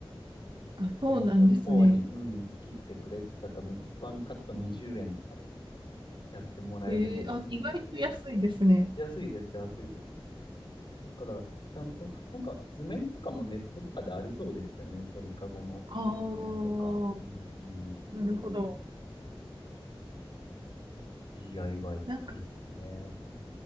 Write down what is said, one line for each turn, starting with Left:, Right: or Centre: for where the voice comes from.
Right: あ、そうなんですね。
Left: この寸法に、うん、切ってくれって言ったら多分、ワンカット20円とかでやってもらえるので、
Right: へえ、あ、意外と安いですね。
Left: 安いです、安いです。だから、ちゃんと、なんか図面とかもネットとかでありそうですけどね、鳥かごの図面とか。
Right: ああ、
Left: うん、
Right: なるほど。
Left: DIY、
Right: なんか、
Left: いいっすね。